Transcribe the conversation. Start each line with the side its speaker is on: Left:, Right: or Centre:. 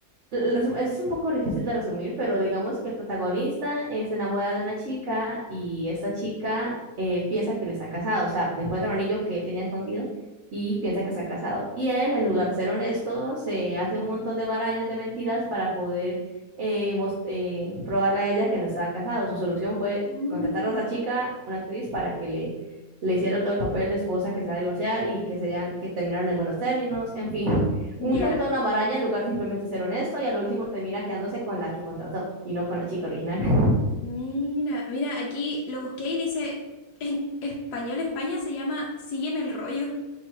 Right: el resu- Es un poco difícil de resumir, pero digamos que el protagonista eh, se enamora de una chica y esta chica eh, piensa que él está casado, o sea, le encuentra un anillo que él tenía escondido y piensa que está casado. Y él, en lugar de ser honesto, se hace un montón de marañas de mentiras para poder eh, mos- eh, probarle a ella que no estaba casado. Su solución fue
Left: Mm,
Right: contratar a otra chica, una actriz, para que le, le hiciera todo el papel de esposa que se va a divorciar y que, se hayan- que terminaron en buenos términos, en fin
Left: Ya.
Right: usa un toda una maraña en lugar de simplemente ser honesto y al último termina quedándose con la que contrató y no con la chica original. <laughs>
Left: Mira, mira, aquí lo busqué y dice, en español España se llama Sígueme el rollo.